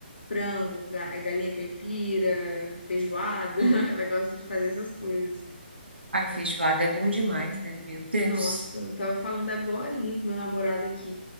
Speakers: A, on the left; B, on the right.
A: frango, ga- galinha caipira, feijoada.
B: sim.
A: <laughs> Ela gosta de fazer essas coisas.
B: Ai, feijoada é bom demais, né? Meu Deus.
A: Nossa, eu tava falando agorinha com meu namorado aqui